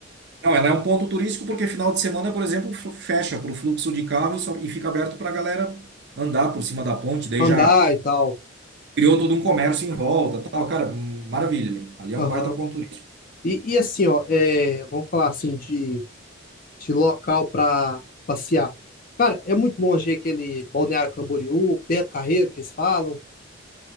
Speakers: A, on the right (about 55°); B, on the left (about 45°).
A: não, ela é um ponto turístico porque final de semana, por exemplo, f- fecha para o fluxo de carro e, só, e fica aberto para a galera andar por cima da ponte. Daí
B: andar
A: já
B: e tal.
A: criou todo um comércio em volta, tal. Cara, hum, maravilha ali. Ali é
B: Aham.
A: um baita ponto turístico.
B: E, e assim, ó, é, vamos falar assim de de local para passear. Cara, é muito longe aquele Balneário Camboriú, Beto Carreiro, que eles falam.